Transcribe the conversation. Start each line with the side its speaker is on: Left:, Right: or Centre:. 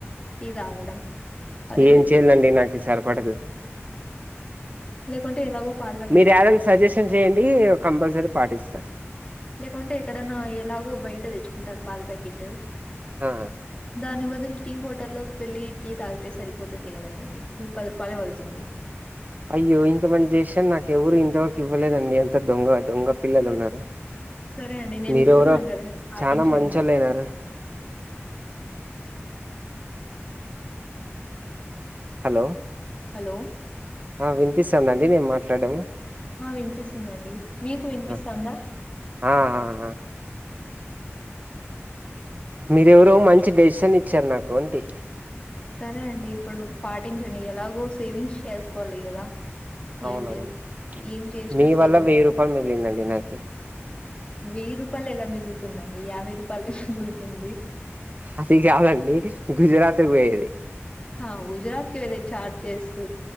Left: టీ తాగడం అదే
Right: ఏం
Left: బెటర్
Right: చేయలండి
Left: ఏమో
Right: నాకు సరిపడదు.
Left: లేకుంటే ఎలాగో పాల ప్యాకెట్
Right: మీరు
Left: బయట
Right: ఏదైనా
Left: తెచ్చుకుంటా.
Right: సజెషన్ చేయండి కంపల్సరీ పాటిస్తా.
Left: లేకుంటే ఎక్కడన్నా ఎలాగూ బయట తెచ్చుకుంటారు పాలు ప్యాకెట్
Right: ఆ
Left: దాని బదులు టీ హోటల్లోకి వెళ్ళలి టీ తాగితే సరిపోతుంది కదాండి మీకు ప పల పడుతుంది.
Right: అయ్యో ఇంతమంది చేసారూ. నాకు ఎవరూ ఇంతవరకు ఇవ్వలేదండి అంత దొంగ పిల్లలు ఉన్నారు.
Left: సరే అండి నేను
Right: మీరెవరో
Left: ఇస్తున్నాను కదండి పాటించండి
Right: చానా మంచళ్ళయినారు. హలో!
Left: హలో!
Right: ఆ వినిపిస్తందాండి నేనీ మాట్లాడము
Left: ఆ వినిపిస్తుందండి మీకు వినిపిస్తుందా?
Right: ఆ ఆ ఆ! ఆ! మీరెవరో మంచి డెసిషన్ ఇచ్చారు నాకు అంటి
Left: సరే అండి ఇప్పుడు పాటించండి ఎలాగో సేవింగ్స్ చేసుకోవాలి కదా
Right: అవునవును
Left: ఏం చే ఏం చేసినా
Right: మీ
Left: సేవింగ్
Right: వల్ల వెయ్యి రూపాయలు మిగిలిందండి నాకి
Left: వెయ్యి రూపాయలు ఎలా మిగులుతుందండి. యాభై రూపాయలు మిగులుతుంది.
Right: అది కాదండి గుజరాత్ కు పోయేది.
Left: హా గుజరాత్ కే వెళ్ళే చార్జెస్.